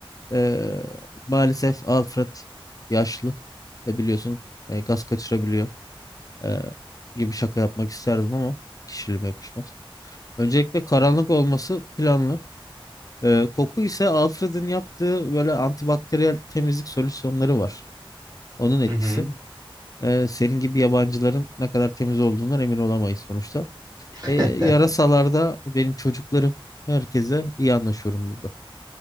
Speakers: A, on the left; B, on the right.
A: Ee, maalesef Alfred yaşlı ve biliyorsun e, gaz kaçırabiliyor Ee, gibi şaka yapmak isterdim ama kişiliğime yakışmaz. Öncelikle karanlık olması planlı. Ee, koku ise Alfred'in yaptığı böyle antibakteriyel temizlik solüsyonları var. Onun etkisi.
B: Hı hı.
A: e, senin gibi yabancıların ne kadar temiz olduğundan emin olamayız sonuçta.
B: <laughs>
A: E, yarasalarda benim çocuklarım herkese iyi anlaşıyorum burada.